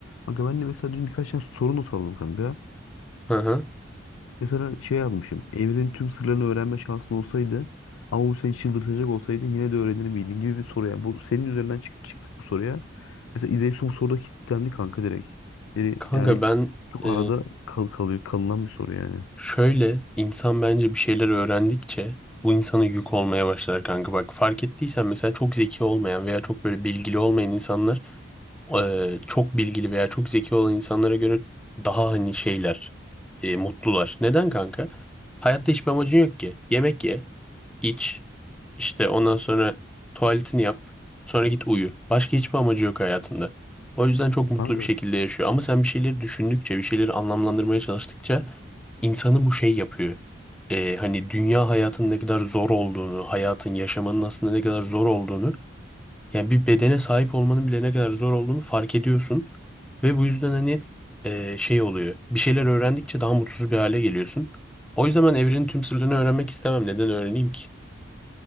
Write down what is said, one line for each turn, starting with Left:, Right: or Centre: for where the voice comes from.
Left: Kanka ben de mesela dün birkaç tane soru not aldım kanka.
Centre: Hı hı.
Left: Mesela şey yazmışım. Evrenin tüm sırlarını öğrenme şansın olsaydı ama bu seni çıldırtacak olsaydı yine de öğrenir miydin gibi bir soru. Yani bu senin üzerinden çık çıktık bu soruya. Mesela İzeysu bu soruda kilitlendi kanka direkt. Yani,
Centre: Kanka
Left: yani
Centre: ben
Left: çok
Centre: e,
Left: arada kal kalıyor, kalınan bir soru yani.
Centre: şöyle insan bence bir şeyler öğrendikçe bu insana yük olmaya başlar kanka. Bak fark ettiysen mesela çok zeki olmayan veya çok böyle bilgili olmayan insanlar eee, çok bilgili veya çok zeki olan insanlara göre daha hani şeyler, eee, mutlular. Neden kanka? Hayatta hiçbir amacın yok ki. Yemek ye, iç, işte ondan sonra tuvaletini yap, sonra git uyu. Başka hiçbir amacı yok hayatında. O yüzden çok mutlu
Left: Kanka
Centre: bir şekilde yaşıyor. Ama sen bir şeyleri düşündükçe, bir şeyleri anlamlandırmaya çalıştıkça insanı bu şey yapıyor. Eee, hani dünya hayatının ne kadar zor olduğunu, hayatın, yaşamanın aslında ne kadar zor olduğunu yani bir bedene sahip olmanın bile ne kadar zor olduğunu fark ediyorsun. Ve bu yüzden hani e, şey oluyor. Bir şeyler öğrendikçe daha mutsuz bir hale geliyorsun. O yüzden ben evrenin tüm sırlarını öğrenmek istemem. Neden öğreneyim ki?